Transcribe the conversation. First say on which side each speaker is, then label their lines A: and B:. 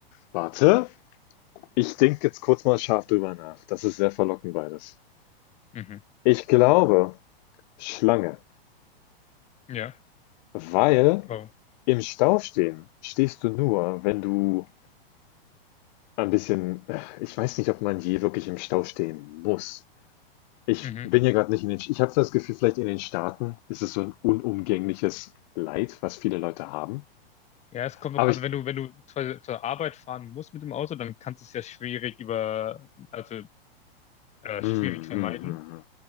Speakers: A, on the left (about 45°); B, on the left (about 20°).
A: warte. Ich denke jetzt kurz mal scharf drüber nach. Das ist sehr verlockend beides.
B: Mhm.
A: Ich glaube, Schlange.
B: Ja.
A: Weil
B: Wow.
A: Im Stau stehen stehst du nur, wenn du ein bisschen ich weiß nicht, ob man je wirklich im Stau stehen muss. Ich
B: Mhm.
A: bin ja gerade nicht in den ich habe so das Gefühl, vielleicht in den Staaten ist es so ein unumgängliches Leid, was viele Leute haben.
B: Ja, es kommt,
A: Aber
B: auch. also
A: ich
B: wenn du, wenn du zur, zur Arbeit fahren musst mit dem Auto, dann kannst du es ja schwierig über, also äh,
A: mhm,
B: schwierig
A: mhm,
B: vermeiden.
A: mhm, mhm.